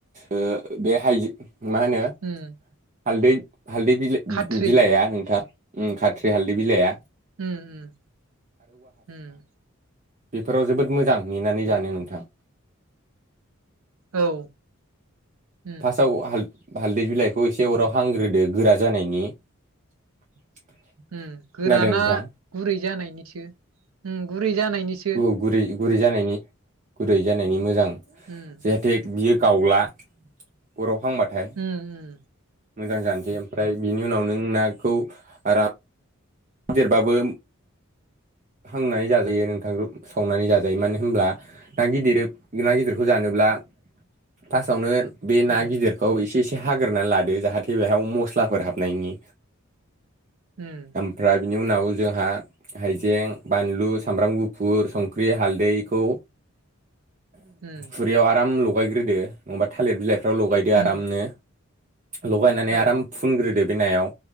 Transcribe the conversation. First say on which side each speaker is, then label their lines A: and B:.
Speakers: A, on the right; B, on the right.
A: ओ बे हाइजो मा होनो
B: उम
A: हालदै हालदै बिला
B: खाथ्रि
A: बिलाइआ नोंथां खाथ्रि हालदै बिलाइआ
B: ओम ओम ओम
A: बिफोराव जोबोद मोजां मेनानै जानो नोंथां
B: औ ओम
A: फासाव हाल हालदै बिलाइखौ एसे अराव हांग्रोदो गोरा जानायनि <inaudible>
B: ओम गोरा
A: खोनादों
B: ना
A: नोंथां
B: गुरै जानायनिसो ओम गुरै जानायनिसो
A: औ गुरै गुरै जानायनि गुरै जानायनि मोजां
B: ओम
A: जाहाथे बियो गावला अराव हांबाथाय
B: ओम ओम ओम
A: मोजां जानोसै ओमफ्राय बिनि उनाव नों नाखौ आराम गिदिरबाबो हांनानै जाजायो नोंथां रू सावनानै जाजायो मानो होनब्ला ना गिदिर ना गिदिरखौ जानोब्ला फार्स्टआवनो बे
B: उम
A: ना गिदिरखौ एसे एसे हाग्रोनानै लादो जाहाथे बेहाय मस्लाफोर हाबनायनि
B: <inaudible> ओम
A: ओमफ्राय बिनि उनाव जोंहा हाइजें बानलु सामब्राम गुफुर संख्रि हालदैखौ
B: उम
A: खुरैयाव आराम लगायग्रोदो नङाबा थालिर बिलाइफ्राव लगायदो
B: उम
A: आरामनो लगायनानै
B: औ
A: आराम फुनग्रोदो बे नायाव